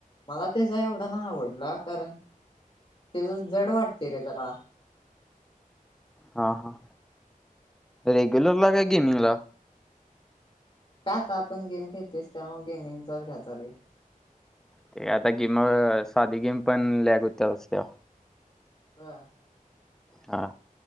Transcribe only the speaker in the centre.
हा हा रेग्युलर ला काय गेमिंग ला
ते आता गेम साधी गेम पण लॅग होत असते
हा